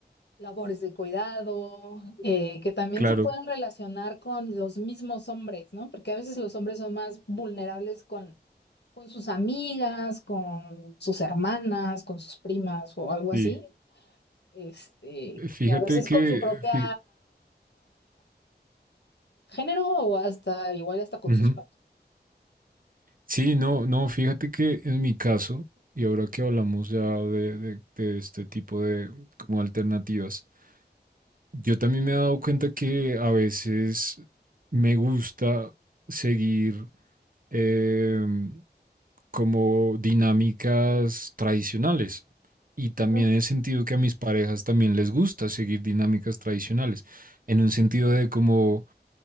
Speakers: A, on the left; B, on the right.
A: labores de cuidado, eh, que también
B: Claro,
A: se pueden relacionar con los mismos hombres, ¿no? Porque a veces los hombres son más vulnerables con, con sus amigas, con sus hermanas, con sus primas o algo
B: sí.
A: así, este,
B: Eh, Fíjate
A: que a veces
B: que,
A: con su propia
B: fí-
A: género o hasta igual hasta con
B: ujú.
A: sus padres.
B: Sí, no, no, fíjate que en mi caso, y ahora que hablamos ya de, de- de este tipo de como alternativas, yo también me he dado cuenta que a veces me gusta seguir em, como dinámicas tradicionales. Y también
A: Ujú.
B: he sentido que a mis parejas también les gusta seguir dinámicas tradicionales, en un sentido de como